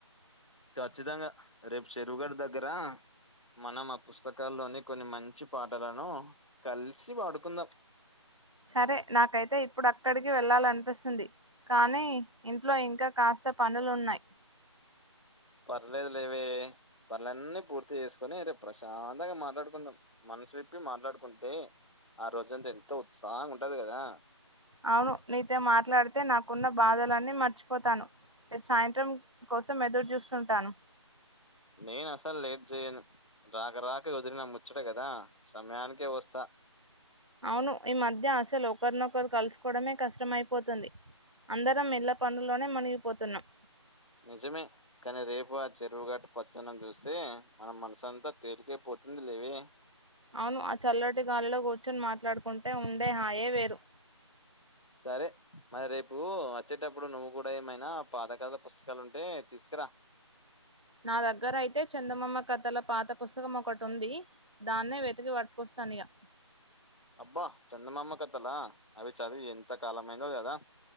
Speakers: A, on the left; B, on the right.
A: ఖచ్చితంగా రేపు చెరువు గట్టు దగ్గరా మనం ఆ పుస్తకాల్లోని కొన్ని మంచి పాటలను కలిసి పాడుకుందాం
B: సరే నాకైతే ఇప్పుడు అక్కడికి వెళ్ళాలనిపిస్తుంది కానీ ఇంట్లో ఇంకా కాస్త పనులున్నాయి
A: పర్లేదు లేవే పనులన్నీ పూర్తి చేసుకొని రేపు ప్రశాంతంగా మాట్లాడుకుందాం మనసు విప్పి మాట్లాడుకుంటే ఆ రోజంతా ఎంతో ఉత్సాహంగా ఉంటది కదా
B: అవును నీతో మాట్లాడితే నాకున్న బాధలన్నీ మర్చిపోతాను రేపు సాయంత్రం కోసం ఎదురు చూస్తుంటాను
A: నేను అసలు లేట్ చేయను రాక రాక వదిలిన ము చ్చట కదా సమయానికే వస్తా
B: అవును ఈ మధ్య అసలు ఒకరినొకరు కలుసుకోవడమే కష్టమైపోతుంది అందరం ఇళ్ల పనుల్లోనే మునిగిపోతున్నాం
A: నిజమే కానీ రేపు ఆ చెరువు గట్ట పచ్చదన్నం చూస్తే మనం మనసంతా తేలికే పో తుంది లేవే
B: అవును ఆ చల్లటి గాలిలో కూర్చొని మాట్లాడుకుంటే ఉండే హాయే వేరు
A: సరే మరి రేపు వచ్చేటప్పుడు నువ్వు కూడా ఏమైనా పాతకాల పుస్తకాలు ఉంటే తీసుకురా
B: నా దగ్గరయితే చందమామ కథల పాత పుస్తకం ఒకటి ఉంది దాన్నే వెతికి పట్టుకొస్త తానయా
A: అబ్బా చందమామ కథలా అవి చదివి ఎంత కాలమైందో కదా